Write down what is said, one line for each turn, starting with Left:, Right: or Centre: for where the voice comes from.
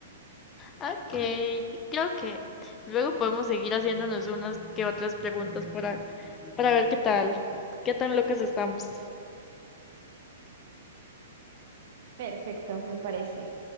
Left: ok, creo que luego podemos seguir haciéndonos unas que otras preguntas para, para ver qué tal, qué tan locas estamos.
Right: Perfecto, me parece.